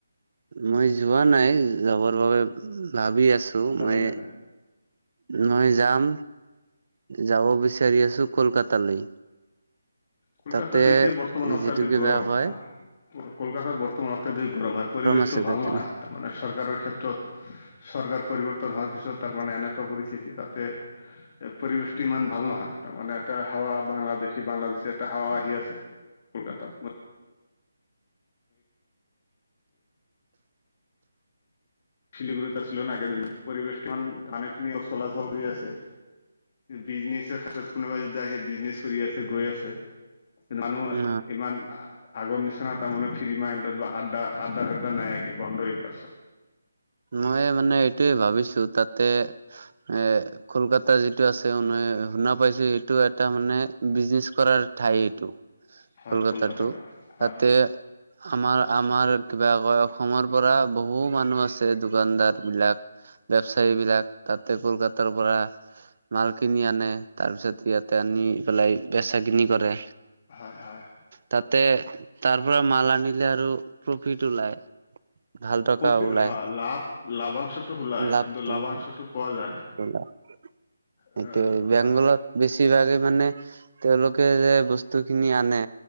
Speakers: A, on the right; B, on the left.
A: মই যোৱা নাই যাবৰ বাবে ভাবি আছো
B: চালে
A: মই
B: নে নাই?
A: মই যাম যাব বিচাৰি আছো কলকাতালৈ
B: কলকাতাত
A: তাতে
B: এতিয়া বৰ্তমান অত্যাধিক
A: যিটো কিবা
B: গৰম
A: কয়
B: হা কলকাতা বৰ্তমান অত্যাধিক গৰম হয় পৰিৱেশটো
A: আছে
B: ভাল
A: তাতে
B: নহয় তাৰ মানে চৰকাৰৰ ক্ষেত্ৰত। চৰকাৰ পৰিৱৰ্তন হোৱাৰ পিছত তাৰমানে এনেকুৱা পৰিস্থিতি তাতে এ পৰিৱেশটো ইমান ভাল নহয়। তাৰমানে এটা হাৱা বাংলাদেশী- বাংলাদেশী এটা হাৱা আহি আছে কলকাতাত। শিলিগুুত আছিলোঁ না কেইদিনমান পৰিৱেশ <unintelligible> চলাচল হৈ আছে। বিজনেছৰ ক্ষেত্ৰত কোনোবা যদি আহে বিজনেছ কৰি আছে গৈ আছে মানুহে
A: অ
B: ইমান আগৰ নিচিনা তাৰমানে ফ্ৰী মাইণ্ডত বা আড্ডা আদ্দা -চাদ্দা নাই কি বন্ধ এইবিলাক চব।
A: মই মানে এইটোয়ে ভাবিছো তাত তে এ কলকাতা যিটো আছে <unintelligible> শুনা পাইছো এইটো এটা মানে বিজনেছ কৰাৰ ঠাই এইটো
B: হয়
A: কলকাতাটো
B: হয়
A: তাতে আমাৰ -আমাৰ কিবা কয় অসমৰ পৰা বহু মানুহ আছে এ দোকানদাৰ বিলাক বেবচায়ী বিলাক তাতে কলকাতাৰ পৰা মাল কিনি আনে তাৰ পিছত ইয়াতে আনি পেলাই বেচা কিনি কৰে।
B: হয়- হয়।
A: তাতে তাৰ পৰা মাল আনিলে আৰু প্ৰফিট ওলায়। ভাল টকা
B: প্ৰফি
A: ওলায়।
B: হয় লাভ লাভাংশটো ওলাই
A: লাভটোৰ
B: কিন্তু লাভাংশটো পোৱা যায়
A: <unintelligible>
B: হা
A: এইটোৱে বেংগলৰ বেছিভাগে মানে তেওঁলোকে যে বস্তু খিনি আনে